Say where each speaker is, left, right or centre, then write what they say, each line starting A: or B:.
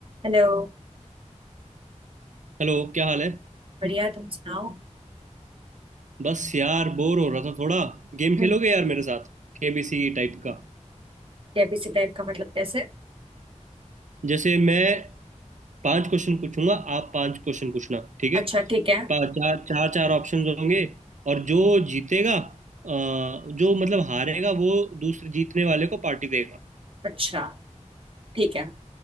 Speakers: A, on the right; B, on the right.
A: Hello
B: हेलो क्या हाल है
A: बढ़िया तुम सुनाओ
B: बस यार बोर हो रहा था थोड़ा गेम
A: हम्म,
B: खेलोगे यार मेरे साथ केबीसी टाइप का
A: केबीसी टाइप का मतलब कैसे
B: जैसे मैं पांच क्वेश्चन पूछूंगा आप पांच क्वेश्चन पूछना ठीक है
A: अच्छा ठीक है
B: पा- चार चार चार ऑप्शंस होंगे और जो जीतेगा अ, जो मतलब हारेगा वो दूसरे जीतने वाले को पार्टी देगा
A: अच्छा ठीक है